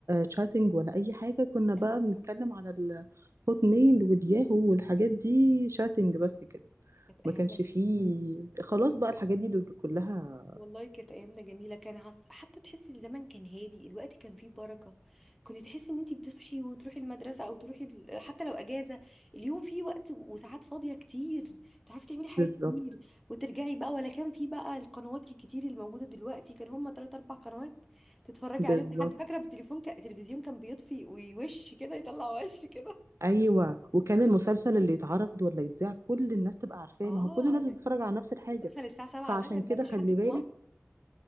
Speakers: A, on the right; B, in the centre.
A: تشاتنج ولا اي حاجه كنا
B: <laughs>
A: بقى
B: ايوه
A: بنتكلم
B: أيوة.
A: على الهوت ميل والياهو والحاجات دي شاتنج بس كده
B: كانت
A: ما
B: ايامنا
A: كانش
B: جميله
A: فيه خلاص بقى الحاجات دي دول كلها
B: والله كانت ايامنا جميله كان عص... حتى تحسي الزمن كان هادي الوقت كان فيه بركه كنت تحسي ان انتي بتصحي وتروحي المدرسه او تروحي ال... حتى لو اجازه اليوم فيه وقت وساعات فاضيه كتير تعرفي تعملي حاجات
A: بالظبط
B: كتير وترجعي بقى ولا كان فيه بقى القنوات الكتير اللي موجوده دلوقتي كان هما تلات اربع قنوات تتفرجي
A: بالظبط
B: عليهم لحد فاكره بالتليفون ك... التلفزيون كان بيطفي ويوش كده يطلع وش كده
A: ايوه وكان المسلسل اللي يتعرض ولا يتذاع كل الناس تبقى عارفاه
B: اه
A: ما هو كل الناس بتتفرج على نفس الحاجه
B: مسلسل الساعه 7
A: فعشان
B: ده ما
A: كده
B: فيش
A: خلي
B: حد في
A: بالك
B: مصر